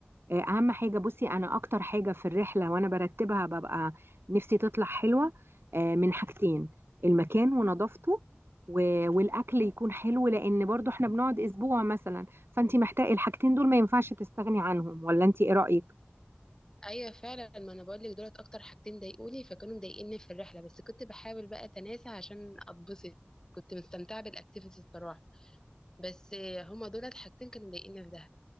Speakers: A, on the right; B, on the left.
A: آه اهم حاجه بصي انا اكتر حاجه في الرحله وانا برتبها ببقى نفسي تطلع حلوه آه من حاجتين المكان ونظافته و- والاكل يكون حلو لان برضو احنا بنقعد اسبوع مثلا فانت محتاجه الحاجتين دول ما ينفعش تستغني عنهم ولا انت ايه رايك
B: ايوه فعلا ما انا بقول لك دولت اكتر حاجتين ضايقوني فكانوا مضايقيني في الرحله بس كنت بحاول بقى اتناسى عشان اتبسط كنت مستمتعه بالاكتيفيتي الصراحه بس هما دولت حاجتين كانوا مضايقيني في دهب